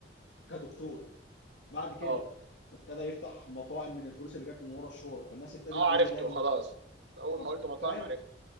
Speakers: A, on the left (about 90°); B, on the right (about 80°).
A: كدكتور بعد كده
B: اه
A: ابتدى يفتح مطاعم من الفلوس اللي جت من ورا الشهره فالناس ابتدت
B: اه
A: تقول
B: عرفته
A: يا لهوي
B: خلاص اول
A: اه
B: ما قلت مطاعم
A: فاهم
B: عرفته